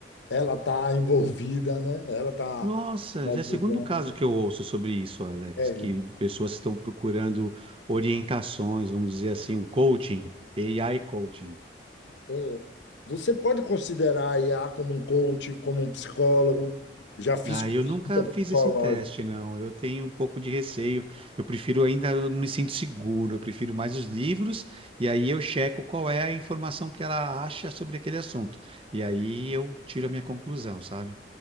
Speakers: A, on the left; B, on the right.
A: ela está envolvida, né? Ela está
B: Nossa,
A: me
B: já
A: ajudando.
B: é o segundo caso que eu ouço sobre isso, Alex,
A: É,
B: que pessoas estão procurando orientações, vamos dizer assim, um coaching, AI coaching.
A: é. Você pode considerar a IA como um coach, como um psicólogo. Já fiz
B: Ah,
A: consulta
B: eu nunca fiz
A: psicológica.
B: esse teste, não. Eu tenho um pouco de receio. Eu prefiro ainda, eu me sinto seguro. Eu prefiro mais os livros e aí eu checo qual é a informação que ela acha sobre aquele assunto. E aí eu tiro a minha conclusão, sabe?